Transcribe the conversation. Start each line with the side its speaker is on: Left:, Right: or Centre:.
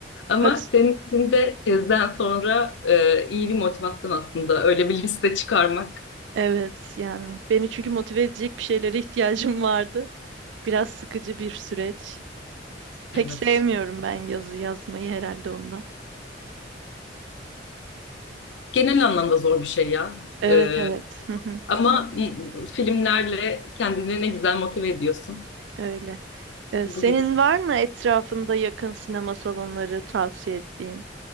Left: Ama
Right: Hat
Left: senin için de tezden sonra e, iyi bir motivasyon aslında öyle bir liste çıkarmak.
Right: evet yani beni çünkü motive edecek bir şeylere ihtiyacım <laughs> vardı. Biraz sıkıcı bir süreç. Pek
Left: Evet.
Right: sevmiyorum ben yazı yazmayı herhalde ondan.
Left: Genel anlamda zor bir şey ya.
Right: Evet
Left: Ee,
Right: evet. Hı hı,
Left: ama m- filmlerle kendini ne güzel motive ediyorsun.
Right: Öyle. Ee,
Left: Bu
Right: senin
Left: güzel.
Right: var mı etrafında yakın sinema salonları tavsiye ettiğin?